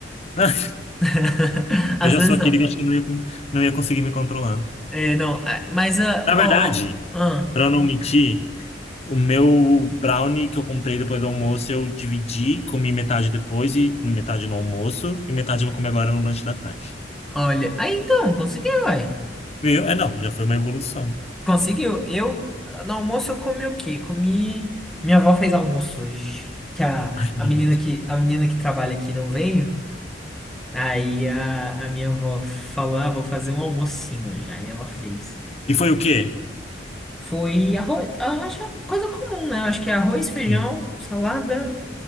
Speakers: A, on the left; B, in the centre.
A: <laughs>
B: <laughs> Às
A: Eu já
B: vezes
A: sou aquele
B: não.
A: que eu acho que não ia, con- não ia conseguir me controlar.
B: É, não, ah, mas, ah,
A: Na
B: ó,
A: verdade,
B: ó, ah,
A: pra eu não mentir, o meu brownie que eu comprei depois do almoço, eu dividi, comi metade depois e metade no almoço, e metade eu vou comer agora no lanche da tarde.
B: olha. Aí então, conseguiu, uai.
A: Veio, é, não, já foi uma evolução.
B: Conseguiu. Eu, no almoço, eu comi o quê? Comi. Minha avó fez almoço hoje. Que a,
A: Ai, que
B: a
A: delícia.
B: menina que, a menina que trabalha aqui não veio. Aí a, a minha avó falou: Ah, vou fazer um almocinho hoje. Aí ela fez.
A: E foi o quê?
B: Foi arroz. ah, Acho que é coisa comum, né? Eu Acho que é arroz, feijão,
A: Sim.
B: salada,